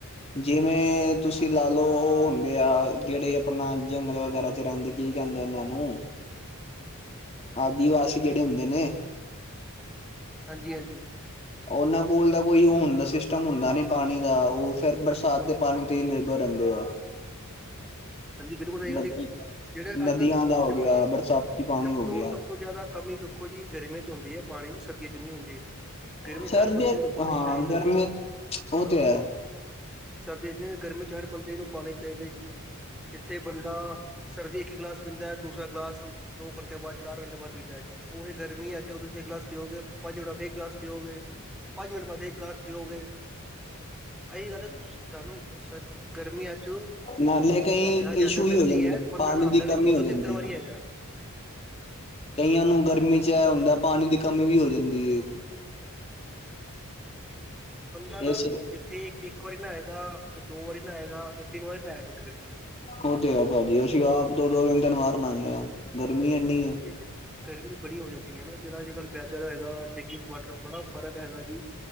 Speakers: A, on the left (about 30°); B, in the centre.
A: ਜਿਵੇਂ ਤੁਸੀਂ ਲਾ ਲਓ ਉਹ ਹੁੰਦੇ ਆ ਜਿਹੜੇ ਆਪਣਾ ਜੰਗਲ ਵਗੈਰਾ ਚ ਰਹਿੰਦੇ ਕੀ ਕਹਿੰਦੇ ਉਨਾਂ ਨੂੰ। ਆਦੀ ਵਾਸੀ ਜਿਹੜੇ ਹੁੰਦੇ ਨੇ।
B: ਹਾਂਜੀ ਹਾਂਜੀ।
A: ਉਹਨਾਂ ਕੋਲ ਤਾਂ ਕੋਈ ਉਹ ਹੁੰਦਾ ਸਿਸਟਮ ਹੁੰਦਾ ਨੀ ਪਾਣੀ ਦਾ ਉਹ ਫਿਰ ਬਰਸਾਤ ਦੇ ਪਾਣੀ ਤੇ ਹੀ ਨਿਰਭਰ ਰਹਿੰਦੇ ਆ
B: ਹਾਂਜੀ ਬਿਲਕੁਲ ਸਹੀ
A: ਨਦੀ
B: ਗੱਲ ਜਿਹੜੇ
A: ਨਦੀਆਂ
B: ਅੱਜ ਕੱਲ ਦੇ
A: ਦਾ ਹੋ
B: ਦੇਖੋ
A: ਗਿਆ
B: ਜੀ
A: ਬਰਸਾਤੀ ਪਾਣੀ
B: ਸਭ
A: ਹੋ
B: ਤੋਂ
A: ਗਿਆ
B: ਸਭ ਤੋਂ ਜ਼ਿਆਦਾ ਕਮੀ ਵੇਖੋ ਜੀ ਗਰਮੀ ਚ ਹੁੰਦੀ ਹੈ ਪਾਣੀ ਦੀ ਸਰ ਚੀਜ਼ ਨਹੀਂ ਹੁੰਦੀ ਗਰਮ
A: ਸਰਦੀਆਂ
B: ਚ ਹਰ ਬੰਦੇ ਨੂੰ ਪਾਣੀ
A: ਹਾਂ
B: ਚਾਹੀਦਾ
A: ਗਰਮੀਆਂ ਉਹ ਤੇ ਹੈ
B: ਸਰਦੀ ਚ ਗਰਮੀ ਚ ਹਰ ਬੰਦੇ ਨੂੰ ਪਾਣੀ ਚਾਹੀਦਾ ਜੀ ਜਿੱਥੇ ਬੰਦਾ ਸਰਦੀ ਇੱਕ ਗਿਲਾਸ ਪੀਂਦਾ ਦੂਸਰਾ ਗਲਾਸ ਦੋ ਘੰਟੇ ਬਾਅਦ ਚਾਰ ਘੰਟੇ ਬਾਅਦ ਪਿੰਦਾ ਜੀ ਓਹੀ ਗਰਮੀ ਚ ਛੇ ਗਲਾਸ ਪਿਓਗੇ ਪੰਜ ਮਿੰਟ ਬਾਅਦ ਇਹ ਕਲਾਸ ਪੀਓਗੇ ਪੰਜ ਮਿੰਟ ਬਾਸ ਇਹ ਗਲਾਸ ਪੀਓ ਗੇ ਇਹੀ ਗੱਲ ਹੈ ਤੁਹਾਨੂੰ ਸਰ ਗਰਮੀਆਂ ਚ
A: ਨਾਲੇ ਕਈ
B: ਪਿਆਸ ਜ਼ਿਆਦਾ
A: ਇਸ਼ੂ
B: ਲੱਗਦੀ
A: ਵੀ ਹੋ ਜਾਂਦੇ
B: ਹੈ ਤੇ ਬੰਦਾ
A: ਪਾਣੀ
B: ਨਹਾਉਂਦਾ
A: ਦੀ
B: ਵੀ
A: ਕਮੀ
B: ਦੋ
A: ਹੋ
B: ਦੋ
A: ਜਾਂਦੀ।
B: ਤਿੰਨ ਤਿੰਨ ਵਾਰੀ ਹੈਗਾ
A: ਕਈਆਂ ਨੂੰ ਗਰਮੀ ਚ ਇਹ ਹੁੰਦਾ ਪਾਣੀ ਦੀ ਕਮੀ ਵੀ ਹੋ ਜਾਂਦੀ ਹੈ।
B: ਬੰਦਾ ਨਾ
A: ਇਸ ਉਹ
B: ਜਿੱਥੇ ਇੱਕ ਵਾਰੀ ਨਾ ਨਾਏਗਾ ਉੱਥੇ ਦੋ ਵਾਰੀ ਨਾਏਗਾਂ ਉੱਥੇ ਤਿੰਨ ਵਾਰੀ ਨਾ ਨਾਏਗਾ <unintelligible>
A: ਉਹ ਤੇ ਆ ਭਾਜੀ ਅਸੀਂ ਆਪ ਦੋ ਦੋ ਦਿਨ ਤਿਨ ਬਾਹਰ ਨਾਹਨੇ ਆ। ਗਰਮੀ ਇੰਨੀ
B: ਹਾਂਜੀ ਹਾਂਜੀ ਗਰਮੀ ਬੜੀ ਹੋ ਜਾਂਦੀ ਹੈ ਨਾ ਜਿਹੜਾ ਅੱਜ ਕੱਲ ਪੈਦਲ ਹੈਗਾ ਤੇ ਜੀ ਵਾਟਰ ਬੜਾ ਫਰਕ ਹੈਗਾ ਜੀ